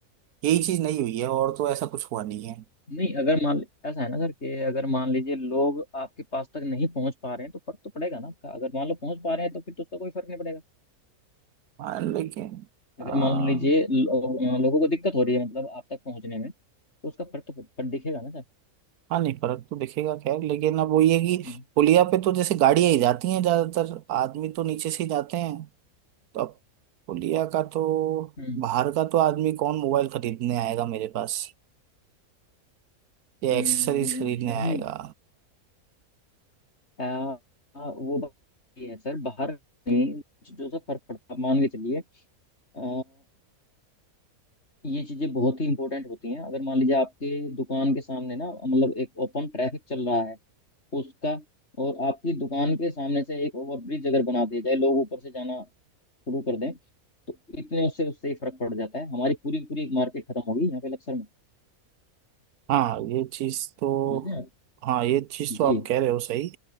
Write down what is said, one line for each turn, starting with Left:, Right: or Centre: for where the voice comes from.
Right: यही चीज नहीं हुई है और तो ऐसा कुछ हुआ नहीं है
Left: नहीं अगर मान ऐसा है ना सर कि अगर मान लीजिए लोग आपके पास तक नहीं पहुंच पा रहे हैं तो फर्क तो पड़ेगा ना आपका अगर मान लो पहुंच पा रहे हैं तो फिर तो उसका कोई फर्क नहीं पड़ेगा
Right: हाँ लेकिन
Left: अगर
Right: अ, हाँ
Left: मान लीजिए लो, लोगों को दिक्कत हो रही है मतलब आप तक पहुंचने में तो उसका फर्क तो फट दिखेगा ना सर
Right: नहीं फर्क तो दिखेगा खैर लेकिन अब वो ये कि
Left: हम्म
Right: पुलिया पे तो जैसे गाड़ियां ही जाती हैं ज्यादातर आदमी तो नीचे से ही जाते हैं तो अब तौलिया का तो
Left: हम्म,
Right: बाहर का तो आदमी कौन मोबाइल खरीदने आएगा मेरे पास या
Left: हम्म,
Right: एक्सेसरीज खरीदने
Left: नहीं
Right: आएगा
Left: आ, आ, वो बात ये है सर बाहर नहीं चीजों से फर्क पड़ता है। मान के चलिए आ, ये चीजें बहुत ही इंपॉर्टेंट होती हैं अगर मान लीजिए आपके दुकान के सामने ना मतलब एक ओपन ट्रैफिक चल रहा है उसका और आपकी दुकान के सामने से एक ओवरब्रिज अगर बना दिया जाए लोग ऊपर से जाना शुरू कर दें तो इतने उससे उससे ही फर्क पड़ जाता है हमारी पूरी की पूरी एक मार्केट खत्म होगी यहाँ पे लक्सर में
Right: हाँ ये चीज तो
Left: समझे आप
Right: हाँ ये चीज तो
Left: जी
Right: आप कह रहे हो सही